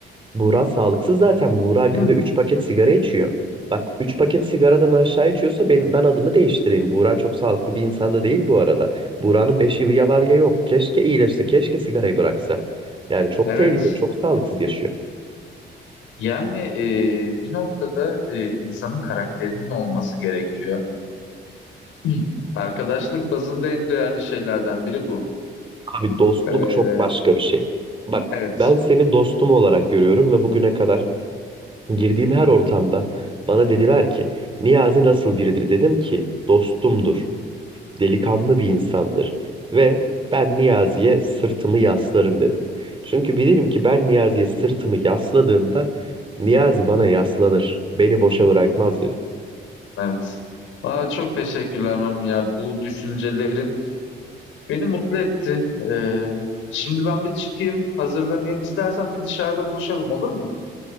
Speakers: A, on the right; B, on the left.
A: Buğra sağlıksız zaten. Buğra günde
B: <clears throat>
A: 3 paket sigara içiyor. Bak 3 paket sigaradan aşağı içiyorsa ben, ben adımı değiştireyim. Buğra çok sağlıklı bir insan da değil bu arada. Buğra'nın 5 yılı ya var ya yok. Keşke iyileşse, keşke sigarayı bıraksa. Yani çok
B: Evet.
A: tehlikeli, çok sağlıksız yaşıyor.
B: Yani e, bir noktada e, insanın karakterinin olması gerekiyor. <clears throat> Arkadaşlık bazında en değerli şeylerden biri bu.
A: Abi dostluk
B: E, <clears throat>
A: çok başka bir şey. Bak
B: evet.
A: ben seni dostum olarak görüyorum ve bugüne kadar girdiğim her ortamda bana dediler ki Niyazi nasıl biridir? Dedim ki dostumdur. delikanlı bir insandır ve ben Niyazi'ye sırtımı yaslarım dedim. Çünkü bilirim ki ben Niyazi'ye sırtımı yasladığımda Niyazi bana yaslanır, beni boşa bırakmaz dedim.
B: Evet. Aa, çok teşekkürler Mami ya. Bu düşüncelerin Beni mutlu etti. Ee, şimdi ben bir çıkayım, hazırlanayım. İstersen bir dışarıda buluşalım olur mu?